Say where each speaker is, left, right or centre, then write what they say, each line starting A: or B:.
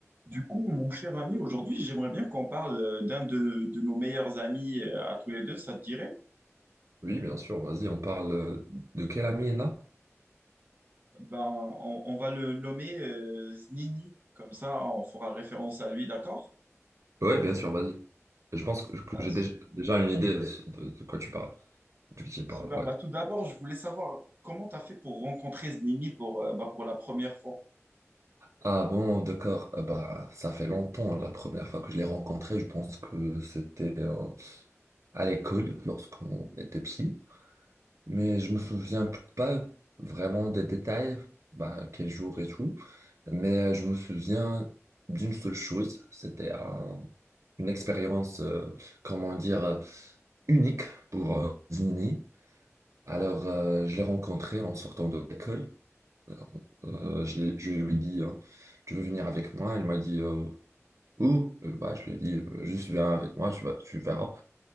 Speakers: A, on the right; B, on the right.
A: Du coup, mon cher ami, aujourd'hui, j'aimerais bien qu'on parle euh, d'un de, de nos meilleurs amis euh, à tous les deux, ça te dirait?
B: Oui, bien sûr, vas-y, on parle euh, de quelle amie là?
A: Ben, on, on va le nommer euh, Znini, comme ça on fera référence à lui, d'accord?
B: Ouais, bien sûr, vas-y. Je pense que que
A: Bah,
B: j'ai
A: s-
B: déj- déjà une idée de, ce- de- de quoi tu parles, de qui tu parles,
A: super,
B: ouais.
A: bah, tout d'abord, je voulais savoir comment tu as fait pour rencontrer Znini pour, euh, bah, pour la première fois.
B: Ah bon, d'accord, Euh, bah, ça fait longtemps, la première fois que je l'ai rencontré, je pense que c'était euh, à l'école, lorsqu'on était petit. Mais je me souviens p- pas vraiment des détails, bah, quel jour et tout. Mais euh, je me souviens d'une seule chose, c'était un- une expérience, euh, comment dire, euh, unique pour euh, Zini. Alors, euh, je l'ai rencontrée en sortant de l'école. Alors, euh, je, l'ai- je lui ai dit, euh, tu veux venir avec moi? Elle m'a dit, euh, où? Euh, Bah, je lui ai dit, euh, juste viens avec moi, tu vas, tu verras.